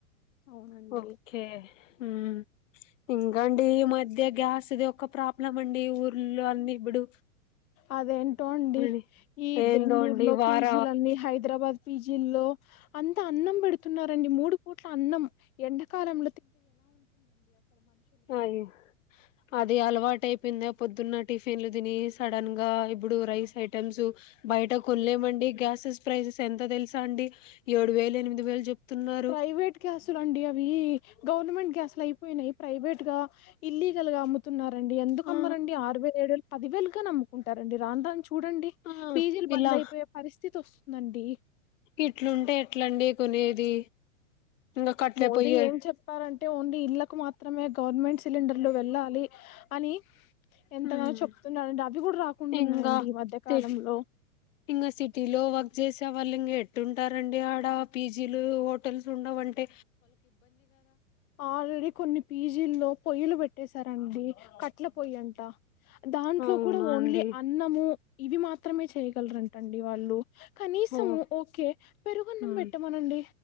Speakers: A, on the left; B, on the left.
A: అవునండి
B: ఓకే ఉమ్ ఇంకా అండి ఈ మధ్య గ్యాస్ ఒకొక్క ప్రాప్ లమండి ఊర్లో అన్ని ఇప్పుడు
A: అదేం ట్టండి
B: అని
A: ఈ
B: ఏందో
A: బెంగళూరు
B: అండి
A: లో
B: వార
A: పీజీలన్నీ హైదరాబాద్ పిజిల్లో అంతా అన్నం పెడుతున్నారండి మూడు ట్ల అన్నం ఎండ కారం
B: అయి అది అలవాటు కింద పొద్దున్న టిఫిన్లు తిని సడన్ గా ఇప్పుడు రైస్ ఐటెమ్స్ బయట కొనలేమండి గ్యాసెస్ ప్రైసెస్ ఎంత తెలుసా అండి ఏడు వేలు ఎనిమిది వేలు చెప్తున్నారు
A: ప్రైవేట్ గ్యాస్సులండి అవి గవర్నమెంట్ గ్యాస్ అయిపోయి ప్రైవేట్ గా ఇల్లీగల్ గా న్నారండి ఎందుకమ్మరండి
B: ఆ
A: అరవై ఏడులు పదివేలుగా నమ్ముకుంటారండి రాంధా చూడండి
B: ఆ
A: పీజీలు
B: ఇలా
A: బంద్ అయిపోయే పరిస్థితి వస్తుందండి
B: ఇట్లుంటే ఎట్లండి కొనేది ఇంకా కట్లే
A: మోదీ
B: పొయ్యే
A: ఏం చెప్పారంటే ఓన్లీ ఇళ్ల కు మాత్రమే గవర్నమెంట్ సిలిండర్లు వెళ్ళాలి అని ఎంతగానో
B: హ్మ్.
A: చెప్తుండడుంటడి అవి కూడా రాకుండా
B: ఇంగా
A: ఉన్నాయంండి ఈ మధ్యకాలంలో
B: సిట్ ఇంగా సిటీలో వర్క్ చేసే వాళ్ళు ఇంకా ఎట్టుంటారండి ఆడ పీజీలు హోటల్స్ ఉండవుంటే
A: ఆల్రెడీ కొన్ని పీజీల్లో పొయ్యలు పెట్టేశారంండి కట్ల పొయ్యి అంట దాంట్లో
B: అవునా
A: కూడా ఓన్లీ
B: అండి
A: అన్నము ఇవి మాత్రమే చేయ్యగలరంటండి వాళ్ళు కనీసము
B: ఓ
A: ఓకే పెరుగున్నం
B: ఉమ్
A: పెట్టమనండి